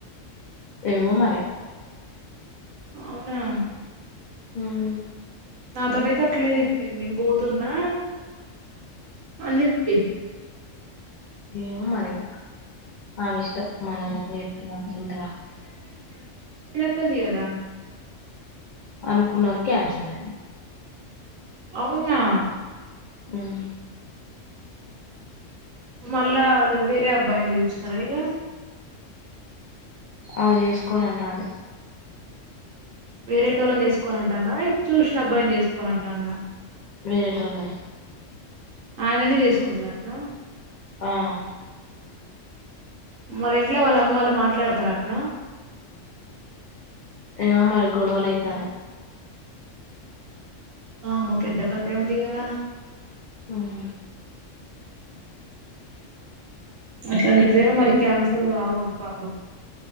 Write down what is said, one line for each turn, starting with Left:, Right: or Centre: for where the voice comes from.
Left: ఏమో మరీ
Right: అవునా
Left: హహ
Right: నాతోట అయితే అట్లనే చెప్పింది నేను పోతున్నా అని చెప్పింది
Left: ఏమో మరి ఇగ ఆమె ఇష్టం మనం ఎంత చేపిన వింటారా
Right: కుంటుంది కదా
Left: అనుకున్నరికి క్యాన్సల్ అయింది
Right: అవునా
Left: మ్మ్
Right: ఇప్పుడు మళ్ళా వేరే అబ్బాయిని చూస్తున్నారా ఇక
Left: ఆ చేసుకోను అంటుండు
Right: వేరే టోళని చేసుకోనంటాందా ఇప్పుడు చూసిన అబ్బాయిని చేసుకోనంటాందా
Left: వేరేటోళ్ళని
Right: ఆయననే చేసుకుంటదంటనా
Left: ఆహ
Right: మరి ఎట్లా వాళ్ళు అమ్మ వాళ్ళు మాట్లాడతారు అటనా
Left: ఆ మరే గొడవలయితాన్నాయ్
Right: ఆమో పెద్ద కథ ఉంది కదా
Left: ఆహ
Right: అట్లా నిజ మరి క్యాన్సల్ కావద్దు పాపం